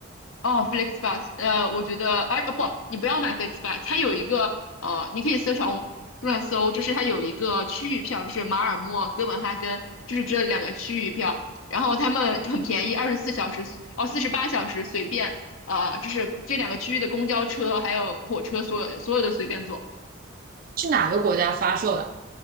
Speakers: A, on the left; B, on the right.
A: 哦，FlixBus，呃，我觉得，而哦不，你不要买 FlixBus，它有一个呃，你可以搜小红书上搜，就是它有一个区域票，就是马尔默、哥本哈根，就是这两个区域票，然后他们就很便宜，二十四小时哦，四十八小时随便，呃，就是这两个区域的公交车还有火车，所有所有的随便坐，
B: 是哪个国家发售的？